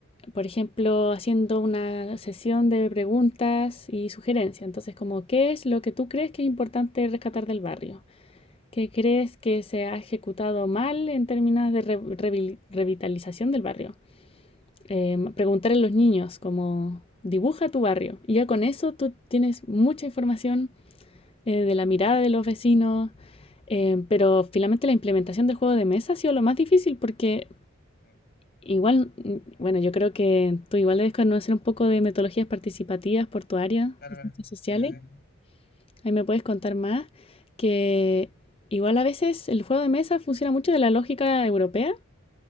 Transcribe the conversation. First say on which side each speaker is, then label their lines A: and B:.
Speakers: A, on the left; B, on the left.
A: por ejemplo, haciendo una sesión de preguntas y sugerencias. Entonces, como, ¿qué es lo que tú crees que es importante rescatar del barrio? ¿Qué crees que se ha ejecutado mal en términos de re- revi- revitalización del barrio? eh, preguntarle a los niños como dibuja tu barrio. Y ya con eso tú tienes mucha información eh, de la mirada de los vecinos, eh, pero finalmente la implementación del juego de mesa ha sido lo más difícil porque
B: Mm.
A: igual, mm, bueno, yo creo que tú igual debes conocer un poco de metodologías participativas por tu área
B: Claro,
A: de
B: claro.
A: ciencias sociales.
B: Sí, sí, sí.
A: Ahí me puedes contar más que igual a veces el juego de mesa funciona mucho de la lógica europea